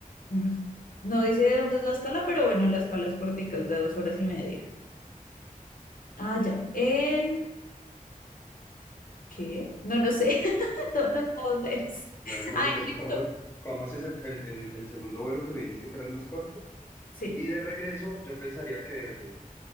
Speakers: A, on the left; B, on the left.
A: mm, No dice de dónde es la escala, pero bueno, la escala es cortica, es de dos horas y media. Ah, ya. ¿En qué? No, no sé. <laughs> No, no sé dónde es.
B: Bueno, no,
A: Ah,
B: entonces
A: en Egipto.
B: cogemos, cogemos ese, el, el, el segundo vuelo que me dijiste que era el más corto.
A: Sí.
B: Y de regreso, yo pensaría que,